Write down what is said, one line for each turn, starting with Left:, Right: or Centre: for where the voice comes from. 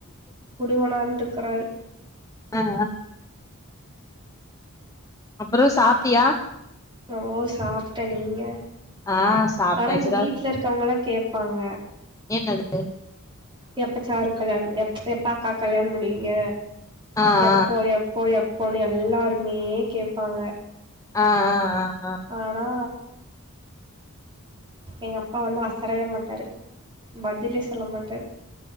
Right: உடுவனான்ட்ருக்குறாரு
Left: ஆ ஆ அப்றோ சாப்ட்டியா
Right: ஓ சாப்பிட்டே நீங்க
Left: ஆ சாப்ட்டாச்சுடா
Right: ஆனா எங்க வீட்ல இருக்கவங்காளா கேப்பாங்க
Left: என்னது
Right: எப்ப சாரு கல்யாணம் எ எப்ப அக்காவுக்கு கல்யாணம் பண்ணிவிங்க
Left: ஆ ஆ
Right: எப்போ எப் எப்போ எப்போன்னு எல்லாருமே கேப்பாங்க
Left: ஆ ஆ ஆ ஆ
Right: ஆனா எங்க அப்பா வந்து அசரவே மாட்டாரு பதிலே சொல்ல மாட்டார்